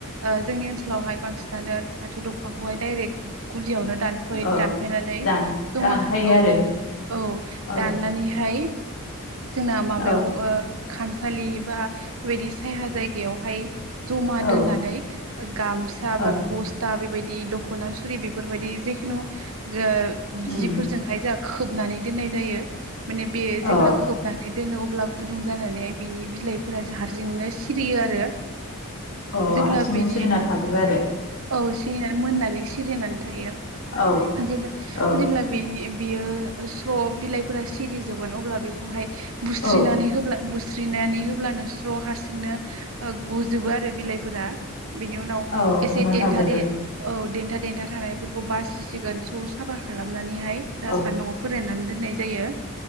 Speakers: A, on the right (about 70°); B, on the left (about 70°).
A: ओ जोंनि ओनसोलावहाय बांसिनानो फाथो दंफांखौ <inaudible> दायरेक गुदियावनो दानफै
B: ओ
A: दानफैनानै
B: दान
A: जमा
B: दानखायो
A: औ
B: आरो
A: औ
B: औ
A: दाननानैहाय जोंना माबायाव
B: औ
A: ओ खामसालि बा बेबायदि सायहा जायगायावहाय जमा
B: औ
A: दोननानै गामसा बा
B: ओ
A: बस्था बेबायदि दख'ना सुरि बेफोरबायदि जेखुनु ओ
B: उम
A: जिफोरजोंहाय जोंहा खोबनानै दोननाय जायो माने बे जेब्ला
B: अ
A: खोबनानै दोनो अब्ला गुदुं जानानैह बिनि बिलाइफोरा हारसिंनो सिरियो आरो।
B: अ
A: जेब्ला
B: हारसिंनो
A: बेनि
B: सिरिना थाजोबो आरो।
A: औ सिरिनानै मोननानै सिरिनानै थायो।
B: औ
A: जेबो
B: औ
A: जबोब्ला बिनि बियो स्र' बिलाइफोरा सिरि जोबगोन अब्ला बेखौहाय बुस्रिनानै
B: औ
A: होब्ला बुस्रिनानै होब्लानो फ्र' हारसिंनो गुजोबो आरो बिलाइफोरा बेनि उनाव
B: औ
A: एसे
B: गनानै
A: देन्थादे
B: थाजोबो
A: औ दन्थाद देन्था थानायफोरखौ बासिसिगोन ज' साफा खालामनानैहाय जा
B: औ
A: सानदोंङ फोराननानै दोन नाय जायो